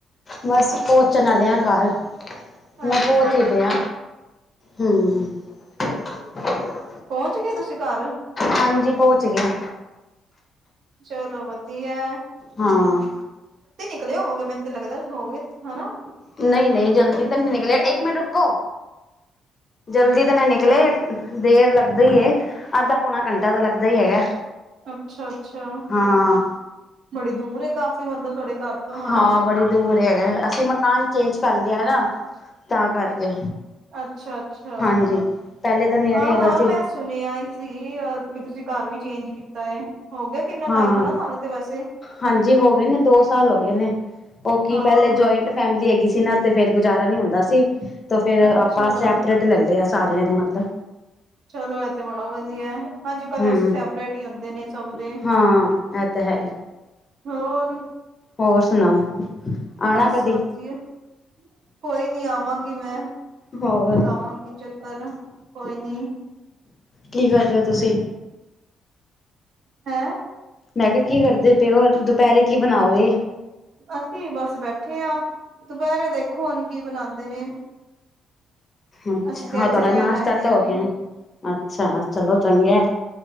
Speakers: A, on the left; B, on the right.
A: ਬਸ ਪਹੁੰਚਣ ਆਲੇ ਆ ਘਰ ਮੈਂ
B: ਅੱਛਾ-ਅੱਛਾ,
A: ਪਹੁੰਚ ਹੀ ਗਿਆ ਹੂੰ, <unintelligible>
B: ਪਹੁੰਚ ਗਏ ਤੁਸੀਂ ਘਰ
A: ਹਾਂਜੀ ਪਹੁੰਚ ਗਿਆ।
B: ਚਲੋ ਵਧੀਆ,
A: ਹਾਂ,
B: ਹੋ ਮੈਂਨੂੰ ਲਗਦਾ ਹੋਗੇ ਹਨਾ।
A: ਨਹੀਂ ਨਹੀਂ ਜਲਦੀ ਤਾਂ ਨਹੀਂ ਨਿਕਲਿਆ ਇੱਕ ਮਿੰਟ ਰ ਜਲਦੀ ਤਾਂ ਨੇ ਨਿਕਲੇ ਦੇਰ ਲੱਗਦਾ ਹੀ ਅੱਧਾ ਪੌਣਾ ਘੰਟਾ ਤਾਂ ਲੱਗਦਾ ਹੀ ਹੈਗਾ।
B: ਅੱਛਾ ਅੱਛਾ,
A: ਹਾਂ।
B: ਬੜੀ ਦੂਰ ਕਾਫ਼ੀ ਮਤਲਬ ਤੁਹਾਡੇ ਘਰ ਤੋਂ ਹਨਾ?
A: ਹਾਂ ਬੜੀ ਦੂਰ ਹੈਗਾ ਅਸੀਂ ਮਕਾਨ ਚੇਂਜ ਕਰ ਲਿਆ ਨਾ ਤਾਂ ਕਰਕੇ,
B: ਅੱਛਾ ਅੱਛਾ,
A: ਹਾਂਜੀ ਪਹਿਲੇ ਤਾਂ ਨੇੜੇ
B: ਆਹ
A: ਹੈਗਾ
B: ਹਾਂ
A: ਸੀ
B: ਮੈਂ ਸੁਣਿਆ ਹੀ ਸੀ ਕਿ ਤੁਸੀਂ ਘਰ ਵੀ ਚੇਂਜ <unintelligible> ਕਿੰਨਾ
A: ਹਾਂ
B: ਟਾਈਮ ਹਨਾ ਤੁਹਾਨੂੰ ਤੇ ਵੈਸੇ,
A: ਹਾਂਜੀ ਹੋ ਗਏ ਨੇ ਦੋਸਤ ਸਾਲ ਹੋ ਗਏ ਨੇ, ਉਹ ਕੀ
B: ਹਾਂ
A: ਪਹਿਲੇ ਜੁਆਇੰਟ ਫੈਮਿਲੀ ਹੈਗੀ ਸੀ। ਨਾ ਤੇ ਫੇਰ ਗੁਜ਼ਾਰਾ ਨੀ ਹੁੰਦਾ ਸੀ। ਤੇ ਫੇਰ
B: ਅੱਛਾ।
A: ਆਪਾਂ ਸੈਪਰੇਟ ਲੈਦੇ ਆ ਸਾਰੀਆਂ ਦੇ ਮਤਲਬ
B: ਚਲੋ ਇਹ ਤੇ ਬੜਾ ਵਧੀਆ, ਹਾਂਜੀ ਕੱਲ
A: ਹਮ
B: ਵੈਸੇ ਸੈਪਰੇਟ ਹੀ ਹੁੰਦੇ ਨੇ ਸਭ ਦੇ
A: ਹਾਂ ਇਹ ਤਾਂ ਹੈ ਹੀ
B: ਹੋਰ,
A: ਹੋਰ ਸੁਣਾਓ? ਆਣਾ
B: ਬਸ
A: ਕਦੀ
B: ਵਧੀਆ ਕੋਈ ਨੀ ਆਵਾਂਗੀ ਮੈਂ
A: ਹੋਰ
B: ਲਗਾਵਾਂਗੀ ਚੱਕਰ ਕੋਈ ਨੀ
A: ਕੀ ਕਰ ਰ ਹੋ ਤੁਸੀਂ?
B: ਹੈਂ।
A: ਮੈਂ ਕਿਹਾ ਕੀ ਕਰਦੇ ਪਏ ਹੋ? ਤੁਪਹਿਰੇ ਕੀ ਬਣਾਓਗੇ।
B: ਅਸੀਂ ਬਸ ਬੈਠੇ ਹਾਂ ਦੁਪਹਿਰੇ ਦੇਖੋ ਹੁਣ ਕੀ ਬਣਾਉਂਦੇ ਨੇ।
A: ਅੱਛਾ
B: ਅਸੀਂ ਤੇ
A: ਹਾਂ
B: ਇੱਥੇ
A: ਤੁਹਾਡਾ
B: ਰਹਿਣ
A: ਨਾਸ਼ਤਾ
B: ਆਏ ਦੇ
A: ਤਾਂ
B: ਐਵੇਂ
A: ਹੋ ਗਿਆ। ਅੱਛਾ ਚਲੋ। ਚੰਗੇ।